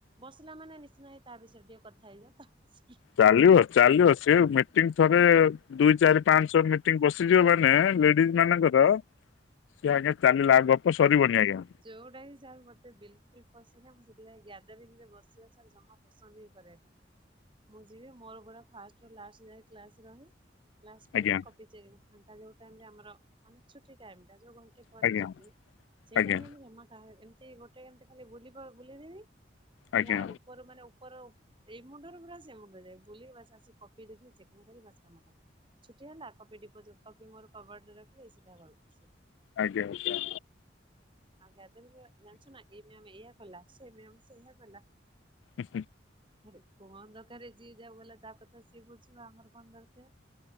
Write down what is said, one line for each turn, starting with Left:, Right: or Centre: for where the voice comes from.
Right: ବସିଲା ମାନେ ନିଶ୍ଚିୟ ହେଇ ତା ବିଷୟରେ ଟିକେ କଥା ହେଇଯା ତା ବିଷୟ ରେ
Left: ଚାଲିବ ଚାଲିବ ସିଏ ମିଟିଂ ଥରେ ଦୁଇ, ଚାରି, ପାଞ୍ଚ, ଛଅ ମିଟିଂ ବସ ସେ ଯଉ ମାନେ ଲେଡିଜ ମାନଙ୍କର ସିଏ ଆଜ୍ଞା ଚାଲିଲା ଗପ ସରିବନି ଆଜ୍ଞା।
Right: ଯୋଉଟା ହିଁ ସାର୍ ମତେ ବିଲକୁଲ ପସନ୍ଦ ନାହିଁ ମୁଁ ସେଥିଲାଗି ଗ୍ୟଦରିଙ୍ଗ ରେ ବସିବା ସାର୍ ଜମା ପ ସନ୍ଦ ନୁହଁ କରିବା ପାଇଁ ବିରେ ମୁଁ ଯିବି ମୋର ପୁର ଫାଷ୍ଟ ରୁ ଲାଷ୍ଟ ଯାଏଁ କ୍ଲାସରେ ରହେ କ୍ଲାସ କଲି
Left: ଆଜ୍ଞା
Right: କପ ଚେଞ୍ଜ ଫାଙ୍କା ଯୋଉ ଟାଇମରେ ଆମର ମାନେ ଛୁଟି ଟାଇମ୍ ଟା ଯୋଉ ଘଣ୍ଟେ ପରେ
Left: ଆଜ୍ଞା
Right: ଛୁଟି
Left: ଆଜ୍ଞା।
Right: ସେ ମୁଁ ଜମା କାହା ଏମିତି ଗୋଟେ ଏମତି ଖାଲି ବୁଲିବା ବୁଲେଇଦେବି
Left: ଆଜ୍ଞା
Right: ଲା ଉପର ମାନେ ଉପର ଏଇ ମୁଣ୍ଡରୁ ପୁରା ସେ ମୁଣ୍ଡ ଯାଏଁ ବୁଲିକି ବାସ ଆସିକି କପି ଦେଖିକି ଚେକିଂ କରିବି ବାସ କାମ ଖତମ୍। ଛୁଟି ହେଲା କପି ଡିପୋ କପି ମୋର କବଡରେ ରଖିଲି ସିଧା ଘର କୁ ଆସିଲି।
Left: ଆଜ୍ଞା ଆଜ୍ଞା।
Right: ଆଉ ଗ୍ୟାଦେରିଙ୍ଗ ରେ ଜାଣିଛୁ ନା ଏଇ ମ୍ୟାମ ଏଇଆ କଲା ସେ ମ୍ୟାମ ସେଇଆ କଲା
Left: ଆ
Right: ଆରେ କଣ ଦରକାର ଯିଏ ଯାଉ ବଲା ତା କଥା ସିଏ ବୁଝିବ ଆମର କଣ ଦରକାର